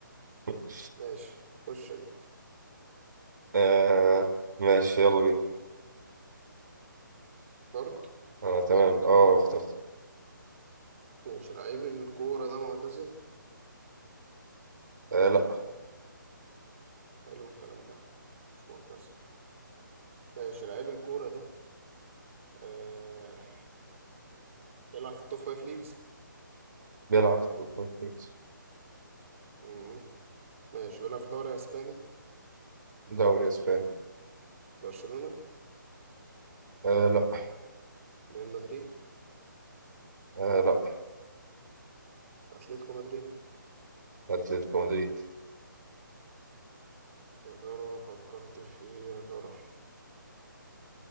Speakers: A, on the right (about 65°); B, on the right (about 40°).
A: <laughs>
B: ماشي خش انت
A: آه ماشي يلا بينا
B: اخترت
A: أنا تمام أه اخترت
B: ماشي لعيب الكورة ده معتزل
A: آه لأ
B: حلو الكلام ده مش معتزل ماشي لعيب الكورة ده آه... بيلعب في التوب فايف ليجز
A: بيلعب في السوبر ليجز
B: مم. ماشي بيلعب في دوري اسباني
A: دوري أسباني
B: برشلونة
A: آه لأ
B: ريال مدريد
A: آه لأ
B: اتلتيكو مدريد
A: أتلتيكو مدريد
B: يا ترى فكرت في ايه يا ترى